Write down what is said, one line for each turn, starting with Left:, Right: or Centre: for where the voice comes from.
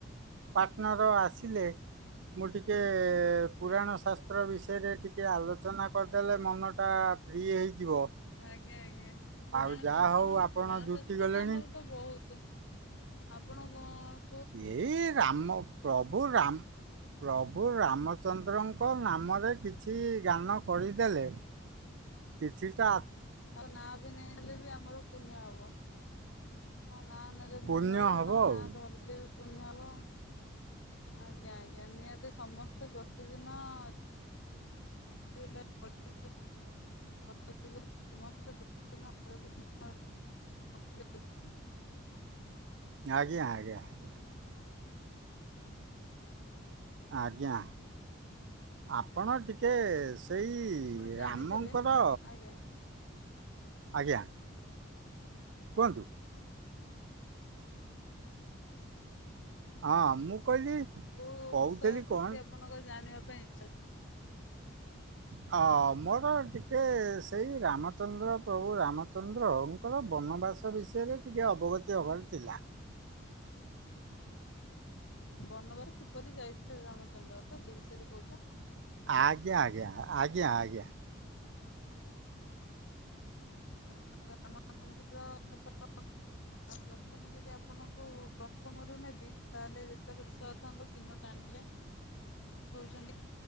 Right: ପାର୍ଟନର ଆସିଲେ ମୁଁ ଟିକେ ପୁରାଣ
Left: ଆଜ୍ଞା
Right: ଶାସ୍ତ୍ର ବିଷ ସେଷରେ ଟିକିେ ଆଲୋଚନା କରିଦେଲେ ମନଟା ଫ୍ରି ହେଇଯିବ।
Left: ଆଜ୍ଞା ଆଜ୍ଞା ପୁରାଣ
Right: ଆଉ ଯାହା
Left: ଶାସ୍ତ୍ର
Right: ହଉ
Left: ମାନେ
Right: ଆପଣ
Left: ପୁରାଣ
Right: ଜୁଟି
Left: ଶାସ୍ତ୍ର
Right: ଗଲେଣି
Left: ତ ଆମର ତ ବହୁତ ଆପଣ କଣ?
Right: ଏଇ ରାମ ପ୍ରଭୁ ରାମ ପ୍ରଭୁ ରାମଚନ୍ଦ୍ରଙ୍କ ନାମରେ କିଛି ଗାନ କରିଦେଲେ କିଚି ଟା
Left: ଆଉ ନାଁ ବି ନେଇ ହେଲେ ବି ଆମର ପୁଣ୍ୟ ହବ। ନାଁ ନେଲେ
Right: ପୁଣ୍ୟ
Left: ପୁନିଆ ହେବ ତାଙ୍କ
Right: ଆଉ
Left: ନାଁ ଧରିଲେ ବି ପୁନିଆ ହେବ। ଆଜ୍ଞା ଆଜ୍ଞା ନିହାତି ସମସ୍ତେ ପ୍ରତିଦିନ ଆ <unintelligible> ହଁ <unintelligible>
Right: ଆଜ୍ଞା ଆଜ୍ଞା ଆଜ୍ଞା। ଆଜ୍ଞା। ଆପଣ ଟିକେ ସେଇ
Left: ଜାଣିଥିବେ
Right: ରାମଙ୍କର
Left: ଆଜ୍ଞା
Right: ଆଜ୍ଞା କୁହନ୍ତୁ।
Left: <unintelligible> <unintelligible>
Right: ହଁ ମୁଁ କହିଲି
Left: କୋଉ
Right: କହୁଥିଲି
Left: ବିଷୟ ପ୍ରତି
Right: କ'ଣ
Left: ଆପଣଙ୍କ ଜାଣିବା ପାଇଁ ଇଚ୍ଛା? <unintelligible>
Right: ହଁ ମୋର ଟିକେ ସେଇ ରାମଚନ୍ଦ୍ର ପ୍ରଭୁ ରାମଚନ୍ଦ୍ର ତାଙ୍କର ବନବାସ ବିଷୟରେ ଟିକେ ଅବଗତି ହେବାର ଥିଲା।
Left: ବନବାସ କିପରି ଯାଇଥିଲେ ରାମଚନ୍ଦ୍ର ତ ସେ ବିଷୟରେ କହୁଛନ୍
Right: ଆଜ୍ଞା ଆଜ୍ଞା ଆଜ୍ଞା ଆଜ୍ଞା।
Left: <unintelligible> ପ୍ରଥମେ ଯଦି ଆପଣଙ୍କୁ ପ୍ରଥମରୁ ନେବି ତାହେଲେ ଯେତେବେଳେ ଦଶରଧଙ୍କ ଚିହ୍ନଟ ଆଣିଲେ। ହେଉଛନ୍ତି